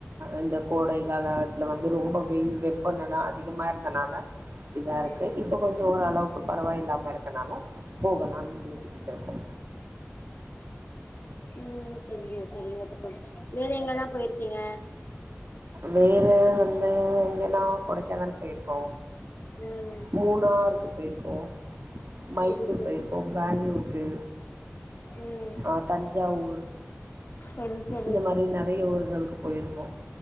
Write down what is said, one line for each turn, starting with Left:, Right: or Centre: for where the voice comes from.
Right: இந்த கோடை காலத்துல வந்து ரொம்ப வெயில் வெப்பநில அதிக் கமா இருந்தனால இதாருக்கு
Left: ம்
Right: இப்ப கொஞ்சோ ஓரளவுக்கு பரவாயில்லாம இருக்கனால போகலான் முடிவு
Left: ம்
Right: செஞ்சிருக்கோ
Left: ம் செரிங்க செரிங்க தோழி வேற எங்கலா போயிருக்கீங்க
Right: வேற வந்து எங்கனா கொடைக்கானல் போயிருக்கோ
Left: ம்
Right: மூனாருக்கு போயிருக்கோ மைசூர்
Left: செரி செரி
Right: போயிருக்கோ பேங்ளூருக்கு
Left: ம்
Right: ஆ தஞ்சாவூர்
Left: செரி செரி
Right: இந்த மாரி நெறைய ஊர்களுக் போயிருக்கோ